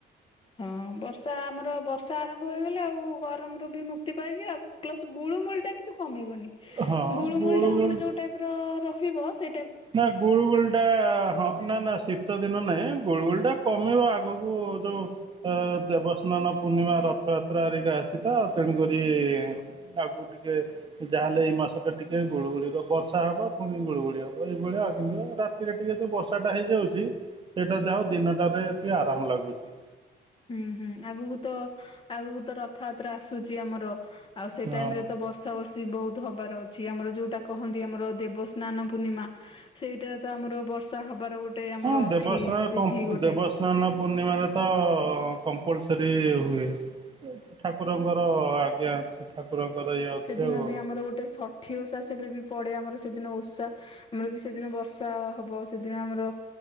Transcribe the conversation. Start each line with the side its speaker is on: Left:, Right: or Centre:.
Left: ହଁ ବର୍ଷା ଆମର ବର୍ଷା ଆରମ୍ଭ ହୋଇଗଲେ ଆଉ ଗରମରୁ ବି ମୁକ୍ତି ପାଇଯିବା। ପ୍ଲସ ଗୁଳମୂଳ ଟା କିନ୍ତୁ କମିବନି
Right: ହଁ
Left: ଗୁଳମୂଳ
Right: ଗୁଳୁ
Left: ଟା ଆମର
Right: ଗୁଳି
Left: ଯୋଉ ଟାଇପ ରହିବ ସେ
Right: ନା ଗୁଳୁ ଗୁଳଟା ହଁ ନା ନା ଶୀତ୍ ଶୀତ ଦିନ ନାହିଁ ଗୋଳ ଗୋଳି ଟା କମିବ ଆଗକୁ ଯୋଉ ଅ ଦେବସ୍ନାନ ପୂର୍ଣ୍ଣିମା ରଥଯାତ୍ରା ହେରିକା ଅଛିତ ତେଣୁକରି ଆଗକୁ ଟିକେ ଯାହାହେଲେ ଏଇ ମାସ ଟା ଟିକେ ଗୁଳୁଗୁଳିବ ବର୍ଷା ହବ ପୁଣି ଗୁଳୁଗୁଳି ହବ। ଏଇଭଳିଆଉ କିନ୍ତୁ ରାତିରେ ଟିକେ ଯୋଉ ବର୍ଷା ଟା ହେଇଯାଉଛି ସେଇଟା ଯାହା ହର ଦିନଟାରେ ଟିକେ ଆରାମ ଲାଗୁଛି।
Left: ହୁଁ ହୁଁ ଆଗକୁ ତ ଆଗକୁ ତ ରଥଯାତ୍ରା ଆସୁଛି ଆମର ଆଉ ସେ
Right: ହଁ
Left: ଟାଇମ ରେ ତ ବର୍ଷ ବର୍ଷା ବର୍ଷି ବହୁତ ହବାର ଅଛି ଆମର ଯୋଉଟା କହନ୍ତି ଆମର ଦେବସ୍ନାନ ପୂର୍ଣ୍ଣିମା। ସେଇଟାରେ ତ ଆମର ବର୍ଷା ହବାର ଗୋଟେ ଆମର
Right: ହଁ ଦେବସ୍ନାନ
Left: ଅଛି ବିଧି
Right: କମ୍ପ
Left: ଗୋଟେ
Right: ଦେବସ୍ନାନ ପୂର୍ଣ୍ଣିମାରେ ତ କମ୍ପଲସ୍ୱରିହୁଏ ଠାକୁରଙ୍କର ଆଜ୍ଞା ଅନ <unintelligible> ଠାକୁରଙ୍କର ଇଏ ଅଛି
Left: ସେଦିନ
Right: ଆଉ।
Left: ବି ଆମର ଗୋଟେ ସ ଠି ଓସା ସେବେ ବି ପଡେ ଆମର ସେଦିନ ଓଷା ଆମର ବି ସେଦିନ ବର୍ଷା ହବ ସେଦିନ ଆମର